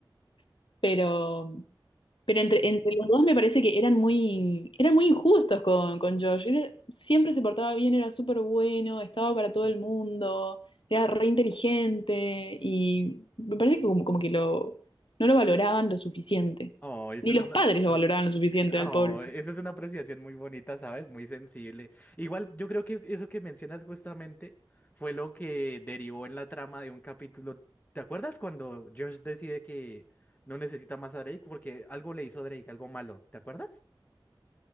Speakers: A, on the left; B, on the left.
A: <laughs> pero Pero entre, entre los dos me parece que eran muy, eran muy injustos con, con Josh. Era- siempre se portaba bien, era súper bueno, estaba para todo
B: <laughs>
A: el mundo, era re inteligente y me parece que como, como que lo, no lo valoraban lo suficiente.
B: Oh, esa
A: Ni
B: es
A: los
B: una...
A: padres
B: ajá,
A: lo valoraban lo suficiente
B: eh, Oh,
A: al pobre.
B: esa es una apreciación muy bonita, ¿sabes? Muy sensible. Igual, yo creo que eso que mencionas justamente fue lo que derivó en la trama de un capítulo. ¿Te acuerdas cuando Josh decide que no necesita más a Drake porque algo le hizo Drake, algo malo? ¿Te acuerdas?